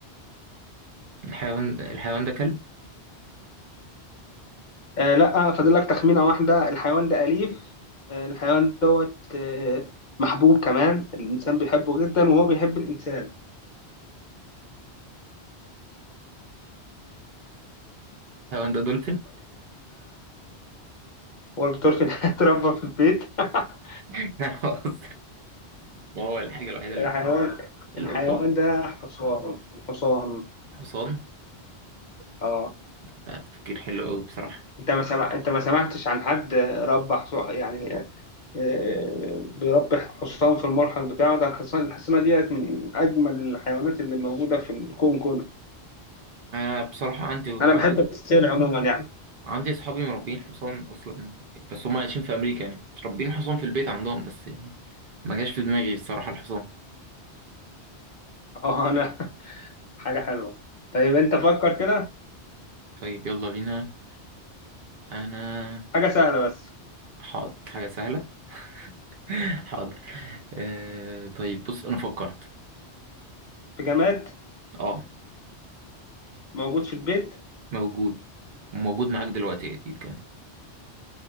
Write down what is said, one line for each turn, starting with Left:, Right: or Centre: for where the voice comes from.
Right: الحيوان الحيوان ده كلب
Left: آه لا آه، فاضل لك تخمينة واحدة الحيوان ده أليف آه الحيوان دوت آه محبوب كمان الإنسان بيحبه جدا وهو بيحب الإنسان
Right: الحيوان ده دولفين
Left: هو البطار في <laughs> اتربى في البيت <laughs>
Right: <laughs> خلاص ما هو الحاجة الوحيدة اللي
Left: الحيوان
Right: بحبها القطة
Left: الحيوان ده حصان الحصان
Right: حصان
Left: اه
Right: ده تفكير حلو أوي بصراحة
Left: انت ما سمع... انت ما سمعتش عن حد ربى حصان يعني آه، بيربي حصان في الملحق بتاعه ده الحصان الحصانه ديت من اجمل الحيوانات اللي موجوده في الكون كله
Right: أنا بصراحة عندي
Left: انا
Right: عندي
Left: بحب السيل عموما يعني
Right: عندي صحابي مربين حصان اصلا بس هم عايشين في امريكا يعني مش ربين حصان في البيت عندهم بس يعني ما جاش في دماغي الصراحه الحصان
Left: اه انا <laughs> حاجه حلوه طيب انت فكر كده
Right: طيب يلا بينا انا
Left: حاجه سهله بس
Right: حاضر حاجه سهله <laughs> حاضر آه طيب بص انا فكرت
Left: في جماد
Right: اه
Left: موجود في البيت
Right: موجود موجود معاك دلوقتي اكيد كمان